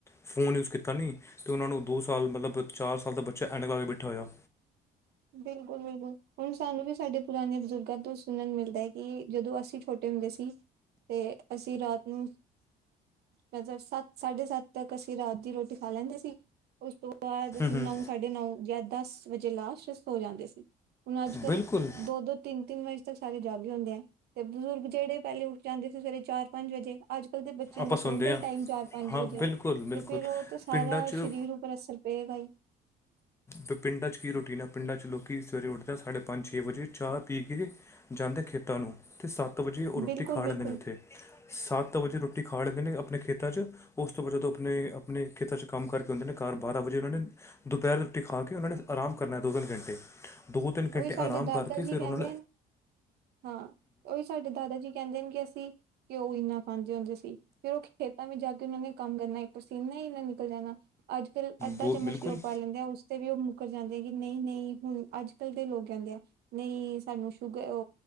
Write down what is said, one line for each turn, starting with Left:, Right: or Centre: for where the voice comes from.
Left: ਫੋਨ ਯੂਜ ਕੀਤਾ ਨੀ ਤੇ ਓਨਾਂ ਨੂੰ ਦੋ ਸਾਲ ਮਤਲਬ ਚਾਰ ਸਾਲ ਦਾ ਬੱਚਾ ਐਨਕ ਲਾ ਕੇ ਬੈਠਾ ਹੋਏਆ।
Right: ਬਿਲਕੁਲ-ਬਿਲਕੁਲ ਹੁਨ ਸਾਨੂੰ ਵੀ ਸਾਡੇ ਪੁਰਾਨੇ ਬਜ਼ੁਰਗਾਂ ਤੋਂ ਸੁਣਨ ਮਿਲਦਾ ਈ ਕਿ ਜਦੋਂ ਅਸੀਂ ਛੋਟੇ ਹੁੰਦੇ ਸੀ ਤੇ ਅਸੀਂ ਰਾਤ ਨੂੰ ਮਤਲਬ ਸੱਤ ਸਾਢੇ ਸੱਤ ਤੱਕ ਅਸੀਂ ਰਾਤ ਦੀ ਰੋਟੀ ਖਾ ਲੈਂਦੇ ਸੀ ਉਸ ਤੋਂ ਬਾਦ ਅਸੀਂ
Left: ਹੂੰ
Right: ਨੋ ਸਾਢੇ ਨੌਉ ਯਾ ਦਸ ਵਜੇ ਲਾਸਟ ਸੋ ਜਾਂਦੇ ਸੀ ਹੁਨ ਅੱਜ-ਕੱਲ
Left: ਬਿਲਕੁਲ
Right: ਦੋ-ਦੋ ਤਿੰਨ-ਤਿੰਨ ਵਜੇ ਤੱਕ ਸਾਰੇ ਜਾਗਦੇ ਹੁੰਦੇ ਐ ਤੇ ਬਜ਼ੁਰਗ ਜੇੜੇ ਪੈਲੇ ਉੱਠ ਜਾਂਦੇ ਸੀ ਸਵੇਰੇ ਚਾਰ ਪੰਜ ਵਜੇ ਅੱਜ-ਕੱਲ ਦੇ ਬੱਚੇਆਂ
Left: ਆਪਾਂ
Right: ਦਾ ਸੌਣ
Left: ਸੁਣਦੇ
Right: ਦਾ ਈ
Left: ਹਾਂ
Right: ਟਾਈਮ ਚਾਰ-ਪੰਜ
Left: ਹਾਂ
Right: ਵਜੇ
Left: ਬਿਲਕੁਲ
Right: ਐ। ਤੇ
Left: ਬਿਲਕੁਲ
Right: ਫਿਰ ਓ ਤੇ ਸਾਰਾ
Left: ਪਿੰਡਾਂ 'ਚ
Right: ਸ਼ਰੀਰ ਉਪਰ ਅਸਰ ਪਏਗਾ ਈ।
Left: ਤੇ ਪਿੰਡਾਂ ਚ ਕੀ ਰੋਟੀਨ ਐ ਪਿੰਡਾਂ ਚ ਲੋਕੀ ਸਵੇਰੇ ਉੱਠਦੇ ਐ ਸਾਡੇ ਪੰਜ ਛੇ ਵਜੇ ਚਾ ਪੀ ਕੇ ਜਾਂਦੇ ਖੇਤਾਂ ਨੂੰ ਤੇ ਸੱਤ ਵਜੇ ਓ ਰੋਟੀ
Right: ਬਿਲਕੁਲ
Left: ਖਾ
Right: ਬਿਲਕੁਲ
Left: ਲੈਂਦੇ ਨੇ ਓਥੇ। ਸੱਤ ਵਜੇ ਰੋਟੀ ਖਾ ਲੈਂਦੇ ਨੇ ਆਪਨੇ ਖੇਤਾਂ ਚ। ਓਸ ਤੋਂ ਬਾਦ ਜਦੋਂ ਆਪਨੇ-ਆਪਨੇ ਖੇਤਾਂ ਚ ਕੰਮ ਕਰਕੇ ਔਂਦੇ ਨੇ ਘਰ ਬਾਰਾਂ ਵਜੇ ਓਨਾਂ ਨੇ ਦੁਪੈਰ ਟੀ ਖਾ ਕੇ ਓਨਾਂ ਨੇ ਆਰਾਮ ਕਰਨੈ ਦੋ-ਤਿੰਨ ਘੰਟੇ। ਦੋ ਤਿੰਨ ਘੰਟੇ
Right: ਓਈ ਸਾਡੇ
Left: ਆਰਾਮ
Right: ਦਾਦਾ
Left: ਕਰਕੇ
Right: ਜੀ
Left: ਫਿਰ
Right: ਕੈਂਦੇ
Left: ਉਹਨਾਂ
Right: ਨੇ, ਹਾਂ ਓਈ ਸਾਡੇ ਦਾਦਾ ਜੀ ਕੈਂਦੇ ਨੇ ਕਿ ਅਸੀਂ ਘਿਓ ਇੰਨਾ ਖਾਂਦੇ ਹੁੰਦੇ ਸੀ ਫਿਰ ਓ ਖੇਤਾਂ ਵਿੱਚ ਜਾ ਕੇ ਓਨਾਂ ਨੇ ਕੰਮ ਕਰਨਾ ਈ ਪਸੀਨਾ ਈ ਏਨਾ ਨਿਕਲ ਜਾਨਾ। ਅੱਜ-ਕੱਲ ਅੱਦਾ
Left: ਬੋ-
Right: ਚਮਚ
Left: ਬਿਲਕੁਲ
Right: ਘਿਓ ਪਾ ਲੈਂਦੇ ਆ ਉਸ ਤੇ ਵੀ ਓ ਮੁੱਕਰ ਜਾਂਦੇ ਆ ਕਿ ਨਈਂ-ਨਈਂ ਹੁਨ ਅੱਜ-ਕੱਲ ਦੇ ਲੋਕ ਕੈਂਦੇ ਆ। ਨਈਂ ਸਾਨੂੰ ਸ਼ੂਗਰ ਓ